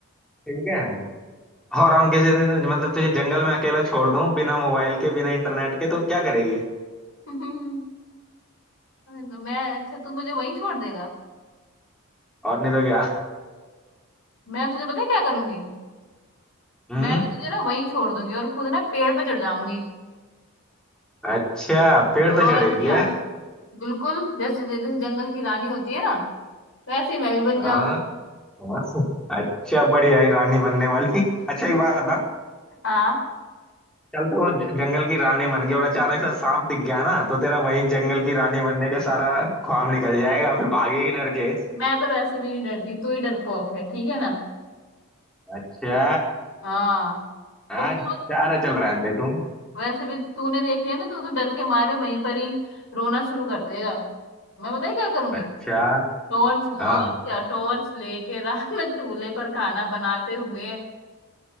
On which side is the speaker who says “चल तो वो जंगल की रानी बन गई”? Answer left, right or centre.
Centre